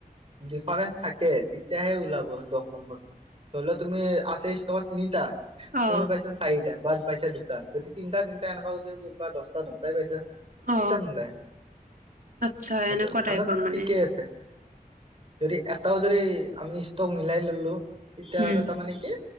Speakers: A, on the right; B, on the right.
A: ডিফাৰেঞ্চ থাকে তেতিয়াহে ওলাব দশ নম্বৰটো ধৰি ল তুমি আথাইছ টকা তিনিটা <unintelligible>
B: অ
A: তুমি পাইছা চাৰিটা বা পাইছা দুটা যদি তিনিটা তিনিটা এনেকাও যদি বা দহটা দহটাই পাইছা <unintelligible>
B: অ
A: কিতানোলাই
B: আচ্ছা
A: সেইটো
B: এনেকুৱা টাইপৰ
A: অনত
B: মানে
A: ঠিকেই আছে <unintelligible> যদি এটাও যদি আমি ষ্টক মিলাই ললো তেতিয়া
B: উম
A: আৰু তাৰমানে কি